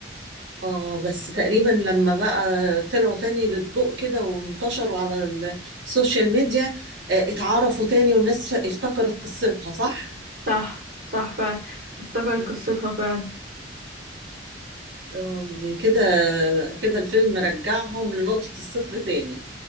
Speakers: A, on the right (about 75°); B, on the right (about 50°).
A: اه بس تقريبا لما بقى طلعوا تاني للضوء كده وانتشروا على ال- السوشيال ميديا آه اتعرفوا تاني والناس ف- افتكرت قصتها صح؟
B: صح صح فعلا افتكرت
A: مم.
B: قصتها فعلا
A: آه، دي كده كده الفيلم رجعهم لنقطة الصفر تاني